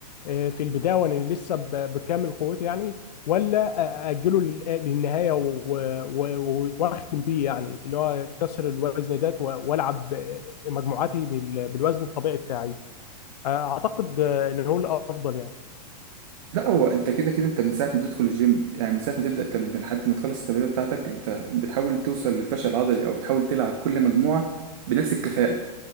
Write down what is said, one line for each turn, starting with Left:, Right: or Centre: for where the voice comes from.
Left: آه، في البدايه وانا لسه ب- بكامل قوتي يعني ولا أ- اجله لل- للنهايه و- و- و- واختم بيه يعني اللي هو كسر الوزن ده والعب مجموعاتي بال- بالوزن الطبيعي بتاعي آه، اعتقد آه، ان هو الافضل يعني
Right: لا هو انت كده كده انت من ساعه ما تدخل الجيم يعني من ساعه ما تبدا التمرين لحد ما تخلص التمرين بتاعتك انت بتحاول توصل للفشل العضلي او بتحاول تلعب كل مجموعه بنفس الكفاءه